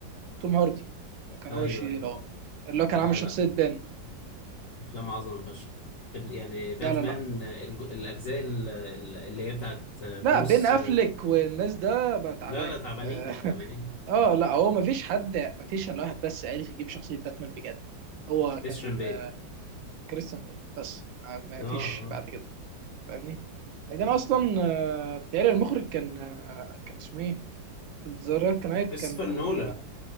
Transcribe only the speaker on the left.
ايوه
ايوه
لا
لا
افلام عظمة فشخ فيل- يعني باتمان
الج- الاجزاء ال- ال- اللي هي بتاعت بروس
لا لا تعبانين
تعبانين
كريستيان
بيل
اه
اه
كريستوفر
نولان